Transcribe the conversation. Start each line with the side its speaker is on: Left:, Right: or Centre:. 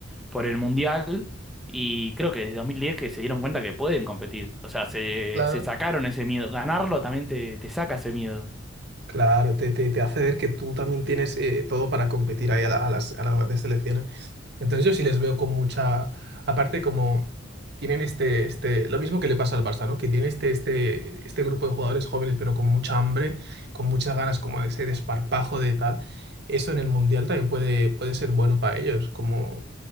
Centre: por el Mundial. Y creo que desde 2010 que se dieron cuenta que pueden competir. O sea, se,
Right: claro.
Centre: se sacaron ese miedo. Ganarlo también te, te saca ese miedo.
Right: Claro, te, te, te hace ver que tú también tienes eh, todo para competir ahí a, la- a las, a las grandes selecciones. Entonces yo sí les veo con mucha, aparte como tienen este, este, lo mismo que le pasa al Barça, ¿no? Que tiene este, este, este grupo de jugadores jóvenes, pero con mucha hambre, con muchas ganas como de ese desparpajo de tal. Eso en el Mundial también puede, puede ser bueno para ellos, como